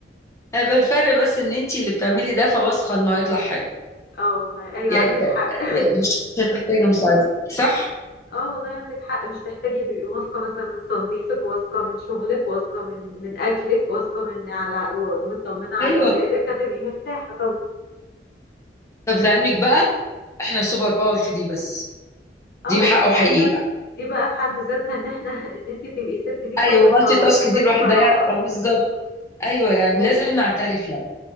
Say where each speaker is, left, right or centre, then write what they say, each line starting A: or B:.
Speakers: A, on the left; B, on the left.
A: هيبقى الفرق بس ان انت اللي بتعملي ده فواثقه انه هيطلع حلو
B: <laughs> اه والله ايوه
A: يعني
B: عندك
A: ت-
B: حق <laughs>
A: مش هتحتاجي مساعدين صح
B: اه والله عندك حق مش تحتاجي تبقي واثقة مثلا من تنظيفك واثقة من شغلك واثقة من من أكلك واثقة من على ومطمنة على
A: ايوه
B: أولادك هتبقي مرتاحة طبعا
A: طب لعلمك بقى احنا سوبر باور في دي بس
B: اه
A: دي بحقه
B: والله يعني
A: حقيقي
B: مثلا
A: بقى
B: دي بقى في حد ذاتها ان احنا <laughs> ان انت تبقي ست دي سوبر
A: ايوه مالتي
B: باور
A: تاسك
B: بكل
A: دي لوحدها
B: صراحة
A: آه، بالظبط ايوه يعني
B: هي
A: لازم نعترف يعني